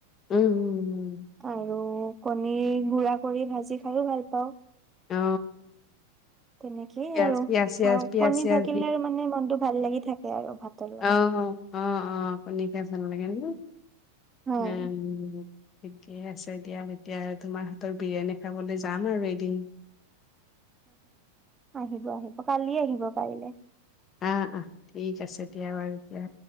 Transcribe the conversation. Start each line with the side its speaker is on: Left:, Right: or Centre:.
Left: উম উম
Right: আৰু কণী গুৰা কৰি ভাজি খাইও ভাল পাওঁ।
Left: অ
Right: তেনেকেই
Left: পিয়াজ
Right: আৰু,
Left: পিয়াজ চিয়াজ
Right: চাও
Left: পিয়াজ
Right: কণী
Left: চিয়াজ
Right: থাকিলে মানে মনটো ভাল লাগি থাকে <unintelligible> লগত
Left: আহ, আহ, অ', কণী <unintelligible>
Right: হয়
Left: <unintelligible> ঠিকে আছে দিয়া। এতিয়া আৰু তোমাৰ হাতৰ বিৰিয়ানী খাবলৈ যাম আৰু এদিন।
Right: আহিব আহিব, কালিয়ে আহিব পাৰিলে।
Left: আহ, আহ, ঠিক আছে দিয়া বাৰু। তেতিয়া